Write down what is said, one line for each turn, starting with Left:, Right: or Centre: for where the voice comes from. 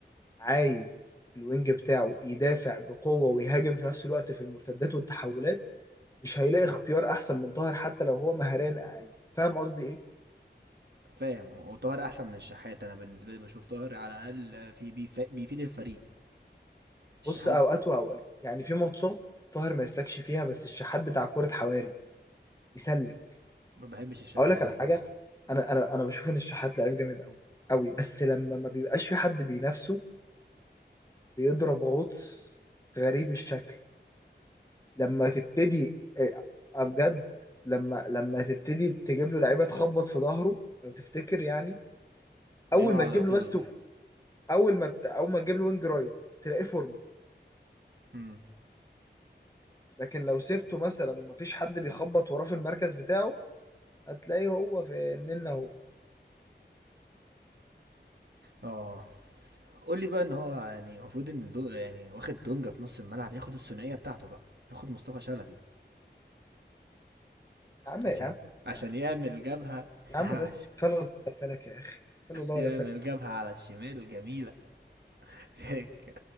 Left: عايز الوينج بتاعه يدافع بقوه ويهاجم في نفس الوقت في المرتدات والتحولات مش هيلاقي اختيار احسن من طاهر حتى لو هو مهاريا اقل فاهم قصدي ايه
Right: فاهم وطاهر أحسن من الشحات أنا بالنسبة لي بشوف طاهر على الأقل في بيف... بيفيد الفريق الشحات
Left: بص اوقات واوقات يعني في ماتشات طاهر ما يسلكش فيها بس الشحات بتاع كره حواري يسلك
Right: ما بحبش الشحات
Left: هقول لك على
Right: الصراحة
Left: حاجه انا انا انا بشوف ان الشحات لعيب جامد قوي قوي بس لما ما بيبقاش في حد بينافسه بيضرب غطس غريب الشكل لما تبتدي إيه، بجد لما لما تبتدي تجيب له لعيبه تخبط في ظهره لو تفتكر يعني
Right: بيقع
Left: اول ما تجيب
Right: على طول
Left: له بس اول ما بت- اول ما تجيب له وينج رايت تلاقيه فورمه
Right: امم
Left: لكن لو سبته مثلا ومفيش حد بيخبط وراه في المركز بتاعه هتلاقيه هو في النن اهو
Right: اه قول لي بقى ان هو يعني المفروض ان دو يعني واخد دونجا في نص الملعب ياخد الثنائيه بتاعته بقى ياخد مصطفى شلبي
Left: يا عم
Right: عشان
Left: يا عم
Right: عشان
Left: يا عم
Right: يعمل جبهه <laughs>
Left: يا عم
Right: عشان
Left: بس فلا الله ولا فلك يا اخي فلا الله
Right: يعمل
Left: ولا فلك
Right: جبهه على الشمال جميله <laughs> هيك.